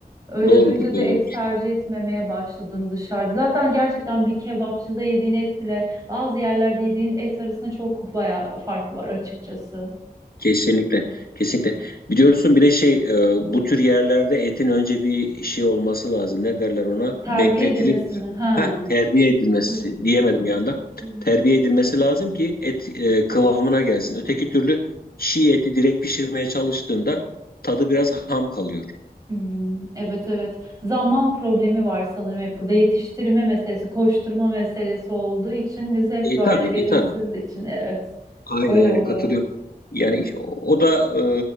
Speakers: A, on the right; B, on the left.
A: Öyle
B: Doğrudur,
A: duyunca da
B: doğru.
A: et tercih etmemeye başladım dışarıda. Zaten gerçekten bir kebapçıda yediğin etle bazı yerlerde yediğin et arasında çok bayağı fark var açıkçası.
B: Kesinlikle, kesinlikle. Biliyorsun bir de şey, e, bu tür yerlerde etin önce bir şey olması lazım. Ne derler ona?
A: Terbiye
B: Bekletilip,
A: edilmesi mi? Ha.
B: heh, terbiye edilmesi
A: Hmm.
B: diyemedim bir anda.
A: Hmm,
B: Terbiye edilmesi lazım ki et e, kıvamına gelsin. Öteki türlü çiğ eti direkt pişirmeye çalıştığında tadı biraz ham kalıyor.
A: Hmm, evet evet. Zaman problemi var sanırım hep burada yetiştirme meselesi, koşturma meselesi olduğu için biz hep
B: E
A: böyle
B: tabii,
A: verimsiz
B: e tabii.
A: için evet.
B: Aynen
A: Öyle
B: aynen
A: oluyor.
B: katılıyorum. Yani iş- o da e,